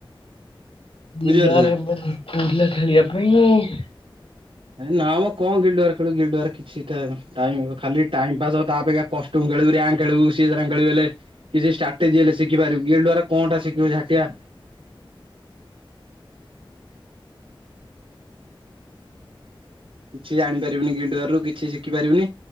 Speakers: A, on the left; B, on the right.
A: ଗିଲ୍ଡ଼
B: ବୁଝିପାରୁଛୁ ନା।
A: ୱାର <unintelligible> କହୁଥିଲା ଖେଳିବା ପାଇଁ।
B: ଏ ନାଆଁମ କଣ ଗିଲ୍ଡ଼ ୱାର ଖେଳିବୁ ଗିଲ୍ଡ଼ ୱାର କିଛିଟା ଟାଇମ୍ ଖାଲି ଟାଇମ୍ ପାସ୍ ହବ, ତା ଅପେକ୍ଷା କଷ୍ଟୁମ୍ ଖେଳିବୁ, ରିୟାଙ୍କ ଖେଳିବୁ, ସିଏ ସ ରିୟାଙ୍କ ଖେଳିବୁ ହେଲେ କିଛି ଷ୍ଟାଟେଜି ହେଲେ ଶିଖି ପାରିବୁ ଗିଲ୍ଡ଼ ୱାର କଅଁଟା ଶିିଖିବୁ ଝାଟିଆ। କିଛି ଜାଣିପାରିବିନି ଗିଲ୍ଡ଼ ୱାରରୁ କିଛି ଶିଖି ପାରିବୁନି।